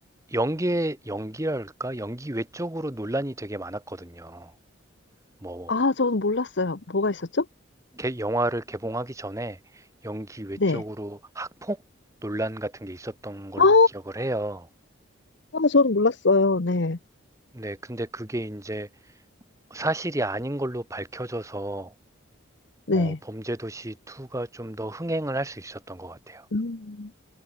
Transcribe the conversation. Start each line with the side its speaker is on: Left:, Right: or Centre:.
Right: 연기의 연기랄까? 연기 외적으로 논란이 되게 많았거든요. 뭐,
Left: 아, 저는 몰랐어요. 뭐가 있었죠?
Right: 개- 영화를 개봉하기 전에 연기 외적으로
Left: 네.
Right: 학폭 논란 같은 게 있었던 걸로
Left: 아,
Right: 기억을 해요.
Left: 아, 저는 몰랐어요. 네.
Right: 네, 근데 그게 이제 사실이 아닌 걸로 밝혀져서
Left: 네.
Right: 어, 범죄도시 2가 좀 더 흥행을 할 수 있었던 것 같아요.
Left: 음.